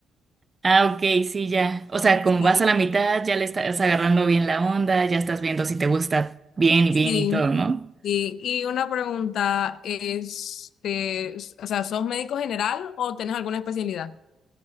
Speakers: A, on the right; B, on the left.
A: Ah, ok, sí, ya. O sea, como
B: Sí,
A: vas a la mitad, ya le estás agarrando bien la onda, ya estás viendo si te gusta bien y
B: Sí,
A: bien y todo, ¿no?
B: sí. Y una pregunta, este, o sea, ¿sos médico general o tenés alguna especialidad?